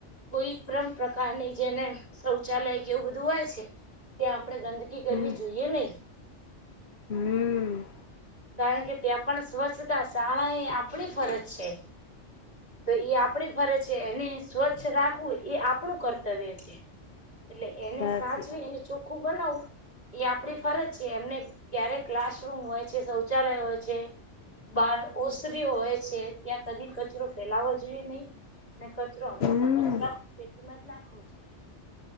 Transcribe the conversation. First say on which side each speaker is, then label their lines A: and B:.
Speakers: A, on the left; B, on the left.
A: કોઈ પણ પ્રકારની જેને શૌચાલય કે એવું બધું હોય છે ત્યા આપણે ગંદકી કરવી
B: હમ
A: જોઈએ નહી.
B: હમ
A: કારણ કે ત્યાં પણ સ્વચ્છતા શાળા આપણી ફરજ છે. તો એ આપણી ફરજ છે એને સ્વચ્છ રાખવું એ આપણું કર્તવ્ય છે.
B: <inaudible>
A: એટલે એને
B: સાચી
A: સાચવી અને ચોખ્ખું બનાવવું. એ આપડી ફરજ છે એમને ક્યારે ક્લાસરૂમ હોય છે, શૌચાલય હોય છે. બહાર ઓસરી હોય છે ત્યાં કદી કચરો ફેલાવો જોઈએ નહી. અને કચરો હંમેશા
B: હમ
A: કચરા પેટીમાં જ નાખવો જોઈએ.